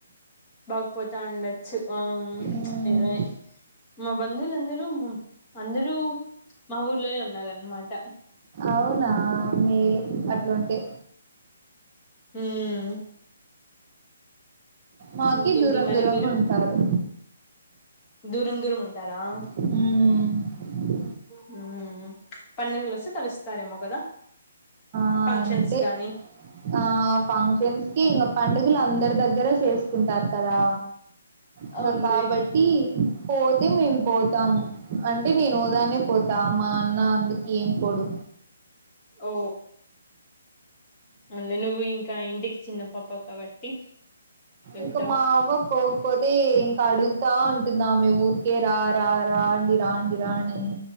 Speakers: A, on the left; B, on the right.
A: బాగుపోతా ఉండొచ్చు ఆ
B: మ్మ్.
A: ఏదో మా బంధువులుందరూ అందరూ మా ఊర్లోనే ఉన్నన్నమాట
B: అవునా మేలు అట్లుంటే
A: మ్మ్
B: మాకి
A: ఇంకేంటి
B: దూరం
A: మరి
B: దూరంగా
A: మీరు
B: ఉంటారు
A: దూరం దూరం ఉంటారా
B: మ్మ్
A: హ పడుగలు వస్త కలుస్తస్తారేమో కదా
B: ఆ
A: ఫంక్షన్స్
B: అంటే
A: గాని
B: ఆ ఫంక్షన్స్ కి ఇంకా పండుగలు అందరి దగ్గర చేసు కుంటారు కదా ఇంకా
A: అవునులే
B: కాబట్టి పోతే మేము పోతాము అంటే నేను ఓదానే పోతా అమ్ మా అన్న అందుక ఏం పోడు
A: ఓ అందుే నువ్వు ఇంకా ఇంటికి చిన్న పాప కాబట్టి వెళ్తావు
B: ఇంకా మా అవ్వ పోకపోతే ఇంకా అడుగుతా ఉంట తిందమ్ ఊరుకే రా రా రాండి రాండి రాండాని